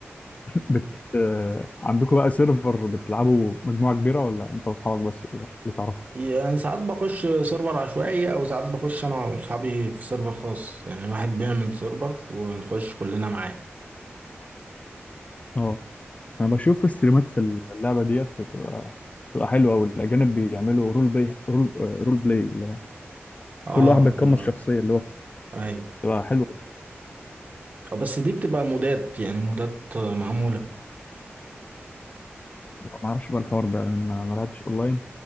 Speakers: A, on the left; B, on the right.
A: بت... آه، عندكم بقى سيرفر بتلعبوا مجموعة كبيرة ولا انت واصحابك بس اللي اللي تعرف
B: يعني ساعات بخش سيرفر عشوائي او ساعات بخش انا واصحابي في سيرفر خاص يعني واحد بيعمل سيرفر ونخش كلنا معاه
A: اه انا بشوف استريمات في اللعبة ديت بتبقى بتبقى حلوة أوي الأجانب بيعملوا رول بلاي رول, آه، رول بلاي اللي هو
B: اه
A: كل واحد بيتقمص
B: لا
A: شخصية اللي هو
B: ايوه
A: بتبقى حلوة
B: بس دي بتبقى مودات يعني مودات معمولة
A: ما اعرفش بقى الحوار ده انا ما ما لعبتش اونلاين